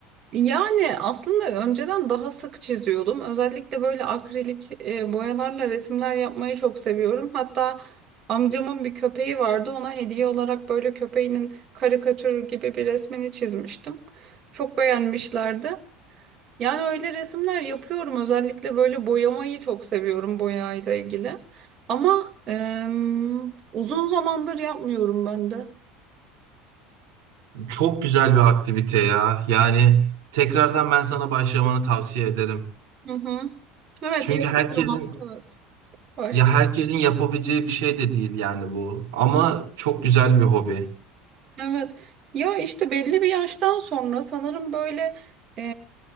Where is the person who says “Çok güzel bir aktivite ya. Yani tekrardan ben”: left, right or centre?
Right